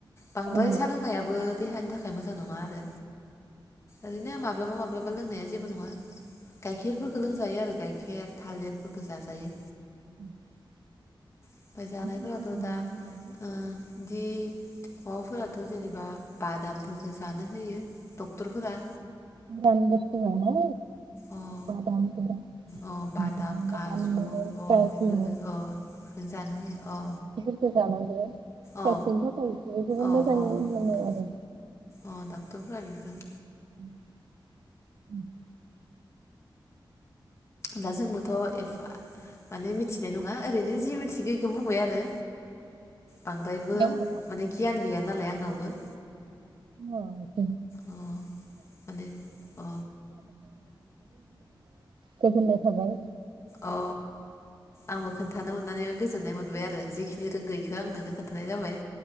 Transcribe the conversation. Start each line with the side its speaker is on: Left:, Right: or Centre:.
Left: बांद्राय
Right: ओ
Left: सा लोंनायाबो देहानि थाखाय मोजां नङा आरो ओरैनो माब्लाबा माब्लाबा लोंनाया जेबो नङा गाइखेरफोरखौ लोंजायो आरो गाइखेर थालिरफोरखौ जाजायो
Right: <inaudible>
Left: ओमफ्राय जानायफोराथ'
Right: जानांगौ
Left: दा
Right: आरो
Left: ओ बिदि माबाफोराथ' जेनेबा बादामफोरखौ जानो होयो डक्टरफोरा
Right: गोरान बुस्थु ओ
Left: अ
Right: बादाम गोरान
Left: अ बादाम
Right: आलमन्ड
Left: काजु अ
Right: काजु
Left: इफोरखौ अ बेखौ जानो होयो अ
Right: फोरखो जानांगो खायसेनि
Left: अ
Right: थाखायस बेफोर जबोद
Left: अ
Right: मोजां
Left: अ
Right: नु
Left: बेखौनो
Right: मोनो आरो
Left: अ डाक्टरफोरा बिफोर
Right: <inaudible>
Left: दा जोंबोथ' एफा माने मिथिनाय नङा ओरैनो जि मिथिगौ बेखौ बुंबाय आरो।
Right: <inaudible>
Left: बांद्रायबो
Right: हेलौ आब'?
Left: माने गियान गैया नालाय आंनावबो।
Right: <inaudible>
Left: अ माने अ
Right: गोजोननाय थाबाय।
Left: अ आंबो खोन्थानो मोननानै गोजोननाय मोनबाय आरो जि खिनि रोंगौ इखो आं नोंनो खोन्थानाय जाबाय।